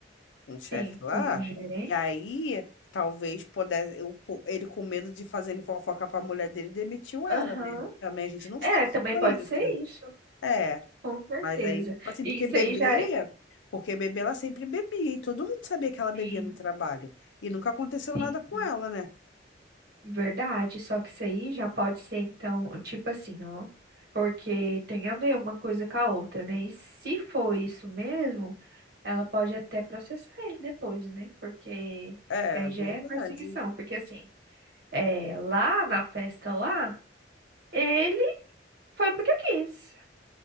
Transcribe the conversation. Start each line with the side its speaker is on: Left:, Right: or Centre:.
Left: um chefe
Right: Sim,
Left: lá,
Right: com um gerente.
Left: e aí talvez pudesse, eu- ele com medo de fazer fofoca pra mulher dele, demitiu ela,
Right: Aham.
Left: né? Também a gente não sabe
Right: É,
Left: se
Right: também
Left: foi
Right: pode
Left: isso.
Right: ser isso,
Left: É,
Right: com certeza.
Left: mas aí, assim,
Right: E
Left: porque
Right: isso
Left: bebê,
Right: aí já é.
Left: porque bebê ela sempre bebia, e todo mundo sabia que ela bebia
Right: Sim,
Left: no trabalho, e nunca aconteceu
Right: sim,
Left: nada com
Right: sim.
Left: ela, né?
Right: Verdade, só que isso aí já pode ser, então, tipo assim, ó. Porque tem a ver uma coisa com a outra, né? E se for isso mesmo, ela pode até processar ele depois, né? Porque
Left: É
Right: aí
Left: verdade,
Right: já é perseguição. Porque assim, é, lá na festa lá, ele foi porque quis.